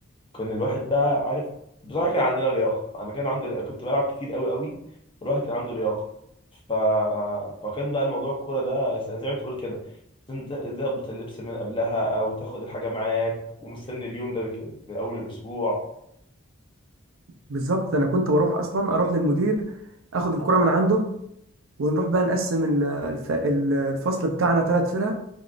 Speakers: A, on the left; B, on the right.
A: كان الواحد بقى عارف بصراحه كان عندنا لياقه انا كان عندي كنت بلعب كتير قوي قوي فالواحد كان عنده لياقه ف... فكان بقى الموضوع الكوره ده زي ما تقول كده لازم تظبط اللبس من قبلها او تاخد الحاجه معاك ومستني اليوم ده بك... من اول الاسبوع
B: بالظبط ده انا كنت بروح اصلا اروح للمدير اخد الكرة من عنده ونروح بقى نقسم ال- الف- ال- الفصل بتاعنا ثلاث فرق